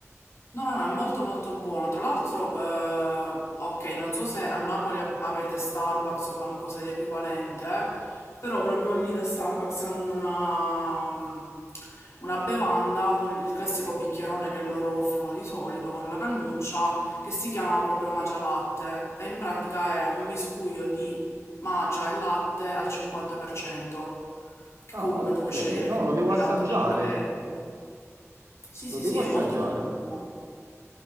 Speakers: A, on the left; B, on the right.
A: No, no, no, è molto molto buono. Tra l'altro, eh, ok, non so se a Napoli a- avete Starbucks o qualcosa di equivalente, però proprio lì da Starbucks hanno una, mm, una bevanda, un- il classico bicchierone che loro offrono di solito con la cannuccia, che si chiama proprio Magia Latte e in pratica è un miscuglio di magia e latte al 50%, che
B: Ah,
A: comunque
B: ok.
A: tu puoi scegliere
B: No,
A: che
B: lo
A: tipo
B: devo
A: di
B: assaggiare.
A: latte ci vuoi dentro. Sì, sì,
B: Lo devo
A: sì,
B: assaggiare.
A: è molto molto buono.